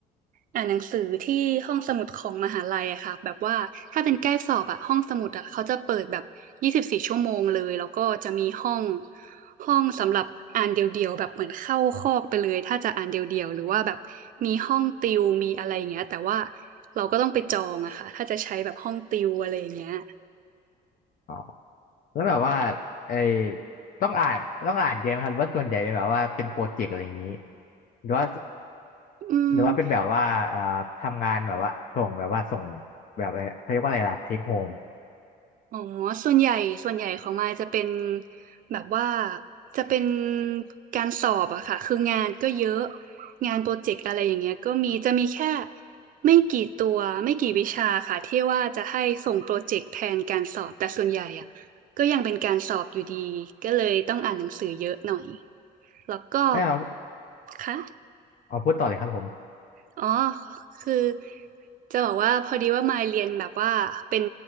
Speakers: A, on the right; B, on the left.
A: อ่านหนังสือที่ห้องสมุดของมหาลัยอะค่ะแบบว่าถ้าเป็นใกล้สอบอะห้องสมุดอะเขาจะเปิดแบบยี่สิบสี่ชั่วโมงเลยแล้วก็จะมีห้องห้องสำหรับอ่านเดี่ยวๆแบบเหมือนเข้าคอกไปเลยถ้าจะอ่านเดี่ยวๆหรือว่าแบบมีห้องติวมีอะไรอย่างเงี้ยแต่ว่าเราก็ต้องไปจองอะค่ะถ้าจะใช้แบบห้องติวอะไรอย่างเงี้ย
B: อ๋อแล้วแบบว่าไอ้ต้องอ่านต้องอ่านเยอะไหมครับหรือว่าส่วนใหญ่เป็นแบบว่าเป็นโปรเจกต์อะไรอย่างนี้หรือว่า
A: อืม
B: หรือว่าเป็นแบบว่าเอ่อทำงานแบบว่าส่งแบบว่าส่งแบบอะไรเขาเรียกว่าอะไรล่ะเทคโฮม
A: อ๋อ ส่วนใหญ่ส่วนใหญ่ของมายจะเป็นแบบว่าจะเป็นการสอบอะค่ะคืองานก็เยอะงานโปรเจกต์อะไรอย่างเงี้ยก็มีจะมีแค่ไม่กี่ตัว ไม่กี่วิชาค่ะที่ว่าจะให้ส่งโปรเจกต์แทนการสอบแต่ส่วนใหญ่อะก็ยังเป็นการสอบอยู่ดีก็เลยต้องอ่านหนังสือเยอะหน่อยแล้วก็
B: แล้วเอา
A: ค่ะ
B: เอาพูดต่อเลยครับผม
A: อ๋อคือจะบอกว่าพอดีว่ามาเรียนแบบว่าเป็น